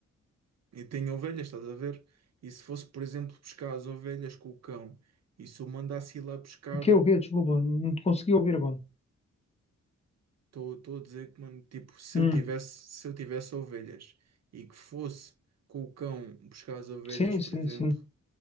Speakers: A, on the right (about 65°); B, on the left (about 20°).
A: E tenho ovelhas, estás a ver? E se fosse, por exemplo, buscar as ovelhas com o cão, e se eu mandasse ir lá buscar.
B: O quê, o quê? Desculpa, não te consegui ouvir bem.
A: Estou a dizer que, mano, tipo, se
B: Hum.
A: eu tivesse, se eu tivesse ovelhas e que fosse com o cão buscar as ovelhas,
B: Sim,
A: por
B: sim,
A: exemplo,
B: sim.